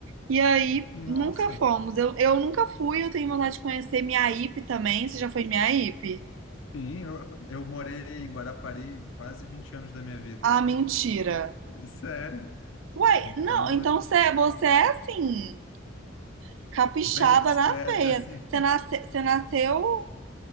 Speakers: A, on the right; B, on the left.
A: E aí, nunca
B: Nossa,
A: fomos. Eu, eu nunca fui, eu tenho vontade de conhecer Miaípe também. Você já foi em Miaípe?
B: sim, eu, eu morei em Guarapari quase 20 anos da minha vida.
A: Ah, mentira.
B: Sério?
A: Uai,
B: Então,
A: não, então você, você é assim, capixaba
B: Bem expert,
A: na veia.
B: assim.
A: Você nasce, você nasceu